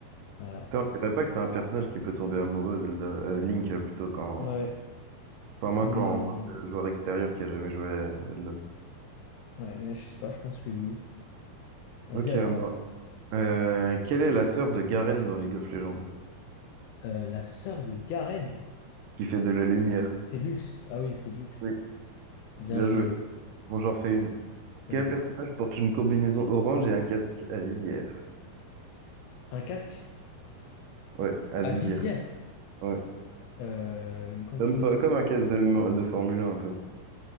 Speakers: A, on the left; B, on the right.
A: Voilà.
B: Putain, On dirait pas que c'est un personnage qui peut tomber amoureux, Zelda. Euh, Link, euh, plutôt, quand...
A: Ouais.
B: Enfin, moi,
A: Mais
B: quand, en tant que joueur extérieur qui a jamais joué à Zelda.
A: ouais, mais je sais pas, je pense que oui. Vas-y
B: Ok,
A: à
B: à
A: toi.
B: moi. Euh, quelle est la sœur de Garen dans League of Legends?
A: Euh, la sœur de Garen.
B: Qui fait de la lumière.
A: C'est Lux. Ah oui, c'est Lux.
B: Oui,
A: Bien
B: bien
A: joué.
B: joué. Bon, j'en refais une. Quel
A: Vas-y.
B: personnage porte une combinaison orange et un casque à visière?
A: Un casque
B: Ouais, à
A: à
B: visière.
A: visière,
B: Ouais.
A: euh, une combinaison
B: Comme, fo- comme
A: or.
B: un casque de, mo- de Formule 1, un peu.